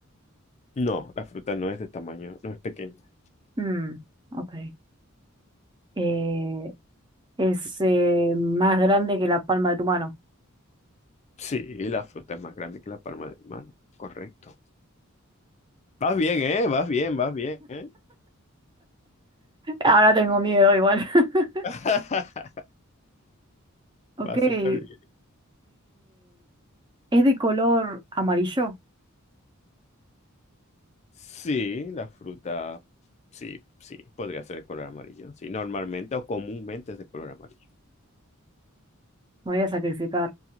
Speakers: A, on the left; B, on the right.
A: No, la fruta no es de tamaño, no es pequeña.
B: Mm, ok. Eh, es eh, más grande que la palma de tu mano.
A: Sí, la fruta es más grande que la palma de mi mano, correcto. Vas bien, ¿eh? Vas bien, vas bien, ¿eh?
B: Ahora tengo miedo igual. <laughs>
A: <laughs>
B: Ok,
A: Va súper
B: eh,
A: bien.
B: es de color amarillo.
A: Sí, la fruta, sí, sí, podría ser de color amarillo. Sí, normalmente o comúnmente es de color amarillo.
B: Me voy a sacrificar.